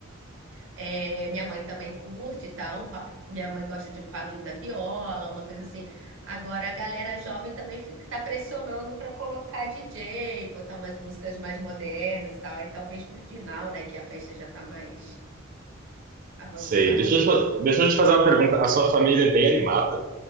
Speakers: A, on the right; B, on the right.
A: É, minha mãe também curte e tal. um pa- minha mãe gosta de um Paulinho da Viola, uma coisa assim. Agora a galera jovem também fica, tá pressionando para colocar DJ, botar umas músicas mais modernas e tal. Aí talvez pro final, né, que a festa já tá mais avançada.
B: Sei. Deixa eu, te- fa- deixa eu te fazer uma pergunta. A sua família é bem animada?